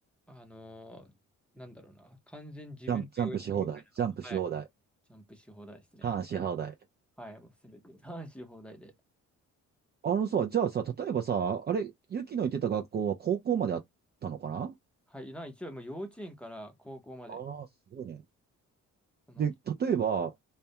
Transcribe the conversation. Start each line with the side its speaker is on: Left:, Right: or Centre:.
Centre: あのー、なんだろうな、完全に自分の予約みたいな。
Right: ジャンプ、ジャンプし放題。ジャンプし放題。
Centre: はい。ジャンプし放題ですね。
Right: ターンし放題。
Centre: はい、もうすべて、男し放題で。
Right: あのさ、じゃあさ、例えばさ、あれ、ユキの行ってた学校は高校まであったのかな
Centre: はい、な、一応もう幼稚園から高校まで、
Right: ああー、すごいね。
Centre: あの、
Right: で、例えば、